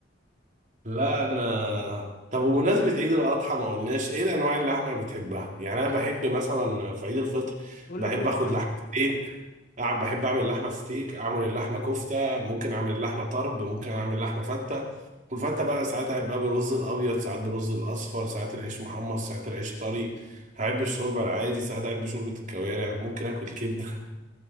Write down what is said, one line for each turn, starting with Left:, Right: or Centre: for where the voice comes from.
Right: لا انا طب وبمناسبه عيد الاضحى ما قلناش ايه الانواع اللحمه بتحبها يعني انا بحب مثلا في عيد الفطر
Left: قول
Right: بحب
Left: لي توب
Right: اخد
Left: فايف
Right: لحمه ستيك أعمل بحب أعمل لحمة ستيك أعمل اللحمة كفتة ممكن أعمل اللحمة طرب ممكن أعمل لحمة فتة والفتة بقى ساعات هيبقى بالرز الأبيض ساعات بالرز الأصفر ساعات العيش محمص ساعات العيش طري هحب الشوربة العادي ساعات أحب شوربة الكوارع ممكن آكل كبدة